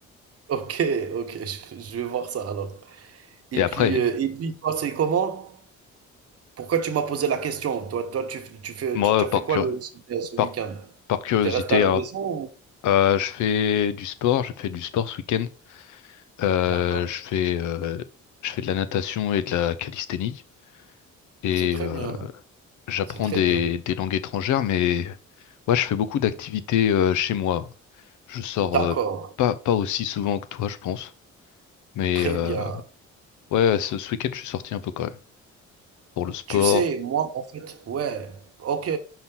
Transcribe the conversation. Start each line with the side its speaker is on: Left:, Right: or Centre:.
Right: OK, OK, je je vais voir ça alors. Et
Left: Et après,
Right: puis, heu et puis toi, c'est comment? Pourquoi tu m'as posé la question? Toi toi, tu tu fais
Left: moi,
Right: tu tu as fait
Left: par,
Right: quoi
Left: cur-
Right: le ce ce
Left: par
Right: week-end?
Left: Par curiosité,
Right: Tu es resté à la
Left: hein,
Right: maison ou?
Left: euh, je fais du sport, je fais du sport ce week-end. Euh,
Right: D'accord.
Left: je fais, euh, je fais de la natation et de la calisthénie et
Right: C'est très
Left: euh,
Right: bien,
Left: j'apprends
Right: c'est très
Left: des,
Right: bien.
Left: des langues étrangères, mais ouais, je fais beaucoup d'activités euh, chez moi. Je sors
Right: D'accord,
Left: euh, pas, pas aussi souvent que toi, je pense, mais
Right: très
Left: euh,
Right: bien.
Left: ouais, ce, ce week-end, je suis sorti un peu quand même pour le sport,
Right: Tu sais, moi, en fait ouais, OK.